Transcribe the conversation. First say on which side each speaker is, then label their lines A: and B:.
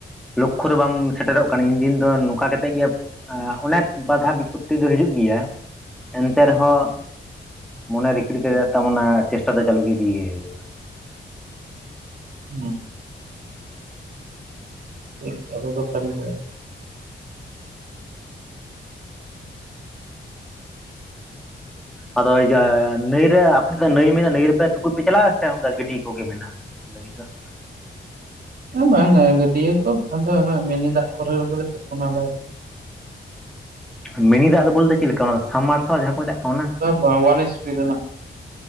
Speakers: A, in the centre; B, on the right.
A: ᱞᱚᱠᱠᱷᱚ ᱨᱮ ᱵᱟᱢ ᱥᱮᱴᱮᱨᱚᱜ ᱠᱟᱱᱟ ᱤᱱᱫᱤᱱ ᱫᱚ ᱱᱚᱠᱟ ᱠᱟᱛᱮᱜ ᱜᱮ ᱚᱱᱮᱠ ᱵᱟᱫᱷᱟ ᱵᱤᱯᱚᱛᱛᱤ ᱫᱚ ᱦᱤᱡᱩᱜ ᱜᱮᱭᱟ ᱮᱱᱛᱮ ᱨᱮᱦᱚᱸ ᱢᱚᱱᱮ ᱨᱤᱠᱤᱰ ᱠᱮᱛᱮᱫ ᱛᱟᱢᱱᱟ ᱪᱮᱥᱴᱟ ᱫᱚ ᱪᱟᱞᱩ ᱜᱮ ᱤᱫᱤᱭᱮ ᱦᱩᱭᱩᱜᱼᱟ᱾
B: ᱦᱮᱸ, <inaudible>
A: ᱟᱫᱚ ᱤᱭᱟᱹ ᱱᱟᱹᱭ ᱨᱮ ᱟᱯᱮ ᱥᱮᱫ ᱫᱚ ᱱᱟᱹᱭ ᱢᱮᱱᱟᱜᱼᱟ ᱱᱟᱹᱭ ᱨᱮᱯᱮ ᱛᱩᱯᱩᱡ ᱯᱮ ᱪᱟᱞᱟᱜᱼᱟ ᱥᱮ ᱚᱱᱠᱟ ᱜᱟᱹᱰᱭᱟᱹ ᱠᱚᱜᱮ ᱢᱮᱱᱟᱜᱼᱟ? ᱛᱩᱯᱩ ᱞᱟᱹᱜᱤᱫ ᱫᱚ? <inaudible>
B: ᱵᱟᱝᱟ ᱜᱟᱹᱰᱭᱟᱹ ᱠᱚ ᱵᱟᱝᱠᱷᱟᱱ ᱫᱚ ᱚᱱᱟ ᱢᱤᱱᱤ ᱫᱟᱜ ᱠᱚᱨᱮ ᱞᱮᱜᱮ ᱛᱩᱯᱩᱱᱟᱞᱮ᱾
A: ᱢᱤᱱᱤ ᱫᱟᱜ ᱫᱚ ᱵᱚᱞᱛᱮ ᱪᱮᱫ ᱞᱮᱠᱟ ᱚᱱᱟ ᱥᱟᱵᱢ ᱢᱟᱨᱥᱟᱞ ᱡᱟᱦᱟᱸ ᱠᱚ ᱢᱮᱛᱟᱜ ᱠᱟᱱᱟ? ᱚᱱᱟ
B: ᱵᱟ ᱳᱣᱟᱱᱮᱥᱵᱤ ᱨᱣᱮᱱᱟᱜ᱾